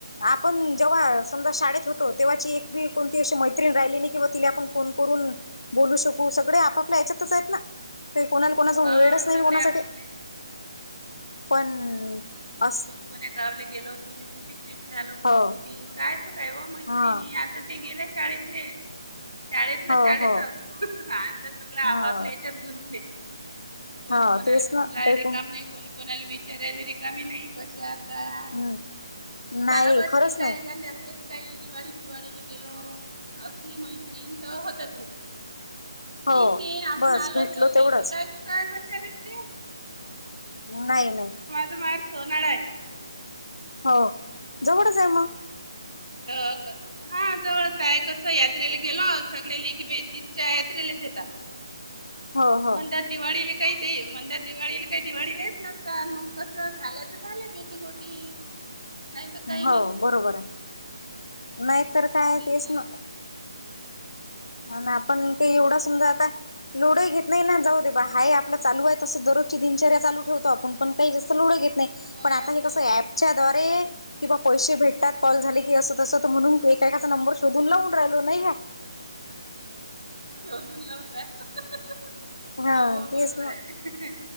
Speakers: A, on the left (about 75°); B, on the right (about 80°).
A: आपण जेव्हा समजा शाळेत होतो तेव्हाची ए' की कोणती अशी मैत्रीण राहिली नाही किं तिला आपण फोन- करून बोलू शकू सगळे आपापल्या हेच्यातच आहेत ना! काही कोणाला कोणास
B: बस
A: वेडच नाही
B: सगळे
A: कोणासाठी
B: आपापले
A: पण अस-
B: कोणा गावला गेलो कोणी कुठी फिट झालं कोणी
A: हो
B: कुठी कायच काय ओ मैत्रिणी
A: हा
B: आता- ते गेल्या शाळेतले- शाळेतलं
A: हो
B: शाळेतच
A: हो
B: आता तुला आपापल्या
A: हो
B: ह्याच्यात गुंतले- कोणी
A: हो
B: कोणाला
A: तेच ना
B: फोन लायला
A: काही
B: रिकम
A: कोण
B: नाही कोणी कोणाला विचारायला रिकाम नाही कशे हात- काय
A: हम्म नाही
B: शाला बर
A: खरंच
B: ठीक आहे का नाही? काही दिवाळी फिवाळीला गेलो असली मैत्रीण तर होतात भेटी-
A: हो
B: ते ते आपुण
A: बस
B: आलोत
A: भेटलो
B: तर नाय
A: तेवढंच
B: तर काय काय कशाला येते-
A: म नायी येणार-
B: तिचे माहेर सोनाळ हाय-
A: हों जवड हाय मंग.
B: क हां जवळच आहे कसं यात्रेला गेलो सगळ्या लेकी बाई तिजच्या यात्रेलाच येतात.
A: हो हो
B: म्हणत्यात- दिवाळीला काही ते म्हणतात दिवाळीला काही दिवाळीला येत नसतात मग कसं झालं तर झालं भेटी गोटी. नाही तर काही
A: हों
B: नाही
A: बरोबर हाय नाहीतर
B: असं
A: काय?
B: आहे
A: तेच
B: ते
A: ना- आणि आपण काय एवढा सुमधा आता- लोढंही घेत नाही ना जाऊ देबा हाय आपलं चालू आहे तसं दररोजची दिनचर्या चालू ठेवतो आपण पण काही जास्त लोढंही घेत नाही-
B: मग
A: पण आता हे कसंय अँप च्या द्वारे
B: रोज
A: किंवा पैशे भेटतात कॉल झाले की अस तस म्हणून- ते कस नंबर शोधून लावून राहिलो नाही का?
B: शोधून लावून राहिलो
A: हा
B: हां ओ
A: तेच
B: बरोबर
A: ना
B: हाय.